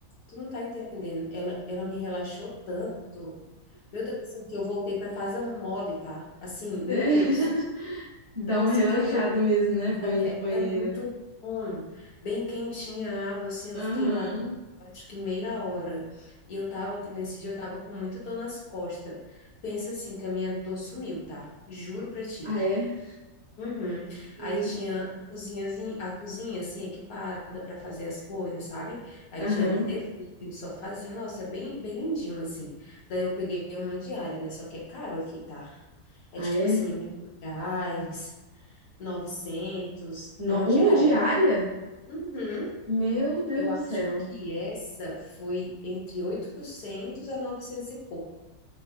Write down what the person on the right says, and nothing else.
Sério. <laughs>
Dá
uma relaxada
mesmo, né?
Banho
de banheira.
Aham.
Ah, é?
Meu.
Aham.
Ah,
é?
No-
Uma diária?
Meu Deus
do céu.